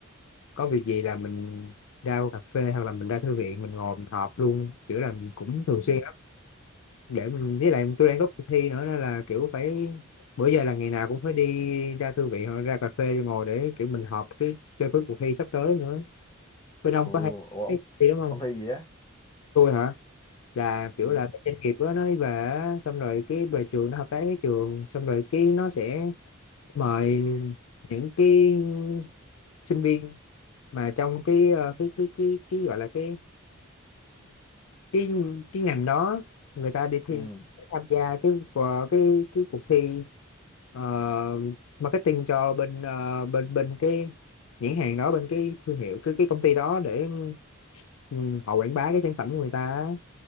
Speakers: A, on the left; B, on the left.
A: có việc gì là mình ra cà phê hoặc là mình ra thư viện mình ngồi mình họp luôn kiểu là mình cũng thường
B: ừ
A: xuyên lắm để mình với lại tôi đang có cuộc thi nữa nên là kiểu phải bữa giờ là ngày nào cũng phải đi ra thư viện hoặc ra cà phê ngồi để kiểu mình họp cái cho cái cuộc thi sắp tới nữa bên ông
B: ồ
A: có hay
B: ủa ông
A: cái gì đúng không
B: ông thi gì á
A: tôi hả là kiểu
B: ừ
A: là cái doanh nghiệp đó nó về á, xong rồi cái về trường nó hợp tác với trường xong rồi cái nó sẽ mời những cái sinh viên mà trong cái ờ, cái cái cái cái gọi là cái cái cái ngành đó người ta đi thi
B: ừ
A: để tham gia cái của cái cái cuộc thi ờ, marketing cho bên ờ, bên bên cái nhãn hàng đó bên cái thương hiệu cái cái công ty đó để ừ, họ quảng bá cái sản phẩm của người ta á.